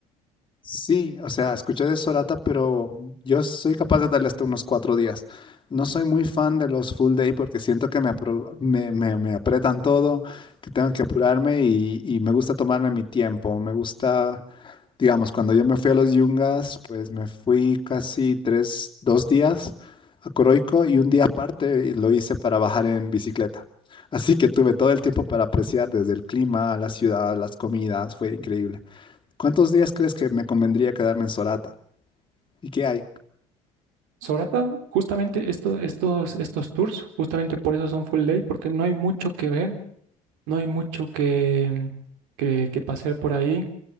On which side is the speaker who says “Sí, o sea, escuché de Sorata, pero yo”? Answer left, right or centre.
Left